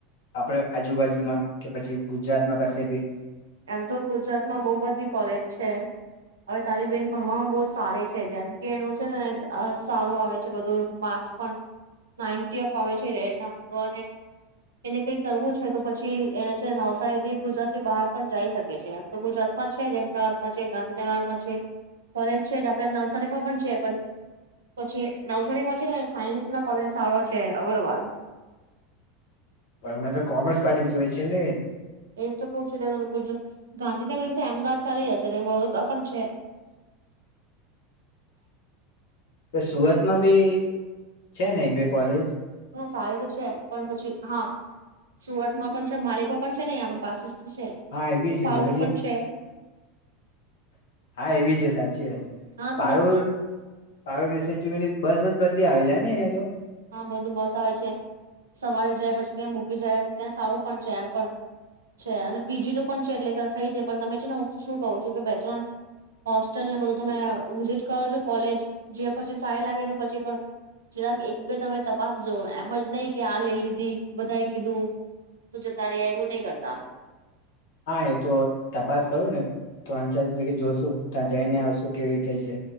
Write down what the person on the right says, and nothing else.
એમ તો ગુજરાતમાં બહુ બધી કોલેજ છે. હવે તારી બેન ભણવામાં બઉ સારી છે જેમ કે એનું છે ને અ સારું આવે છે બધું માર્ક્સ પણ નાઈન્ટી અપ આવે છે રડ <inaudible> એને કઈ કરવું છે તો પછી એને છેને નવસારીથી ગુજરાતી બહાર પણ જઈ શકે છે. આમ તો ગુજરાતમાં છે. જ અમદાવાદમાં છે. ગાંધીનગરમાં છે. કોલેજ છે જ આપડા નવસારીમાં પણ છે પણ પછી નવસારીમાં છે ને સાયન્સ ના કોલેજ સારો છે અગ્રવાલ
એ તો કવું છું ગુજ- ગાંધીનગર તો અમદાવાદ ચાલી જશે ને વડોદરા પણ છે.
સારી તો છે પણ પછી હા સુરતમાં પણ છે માલેબા પણ છે અહી પાસે જ છે
પારુલ
પણ છે
હા
તો બસ
હા બધું બસ આવે છે સવારે જાય પછી ત્યાં મૂકી જાય ત્યાં સારું પણ છે, એમ પણ છે, અને પીજી નું પણ છે, એટલે થઈ જાય પણ તમે છે, ને હું શું કહું છું કે બે ત્રણ હોસ્ટલ ને બધું તમે વિઝિટ કરજો કોલેજ જે પછી સારુ લાગેને પછી પણ જરાક એક બે તમે તપાસજો, એમ જ નહી કે આ લે લીધી બધાએ કીધું તું, જતા રયા એવું નહી કરતા.